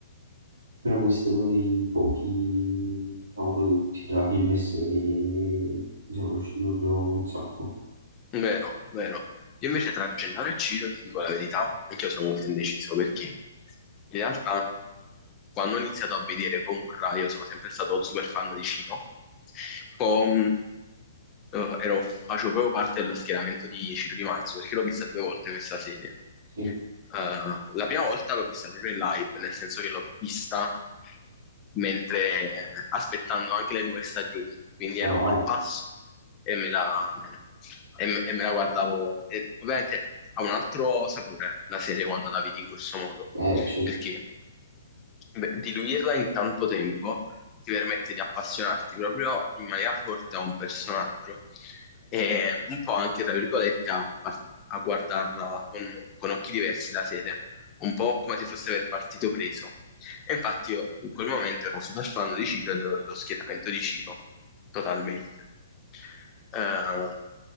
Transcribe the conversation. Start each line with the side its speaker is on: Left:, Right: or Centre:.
Right: però questo è uno dei pochi, diciamo, prodotti tra film e serie che mi sono piaciuti proprio un sacco.
Left: Vero, vero. Io invece tra Gennaro e Ciro ti dico la verità, anche io sono molto indeciso perché in realtà quando ho iniziato a vedere Gomorra io sono sempre stato super fan di Ciro. Poi eh, ero- facevo proprio parte dello schieramento di Ciro Di Marzio perché l'ho vista due volte questa serie.
Right: Sì,
Left: Eh, la prima volta l'ho vista proprio in live, nel senso che l'ho vista mentre aspettando anche le nuove stagioni, quindi
Right: ah,
Left: ero al passo e me la, e me, e me la guardavo. E ovviamente ha un altro sapore la serie quando la vedi in questo modo,
Right: ah, eh, certo,
Left: perché beh, diluirla in tanto tempo ti permette di appassionarti proprio in maniera forte a un personaggio e un po' anche, tra virgolette, a, par- a guardarla con, con occhi diversi la serie, un po' come se fosse per partito preso. E infatti io in quel momento ero super fan di Ciro ed ero dello schieramento di Ciro, totalmente. Eh,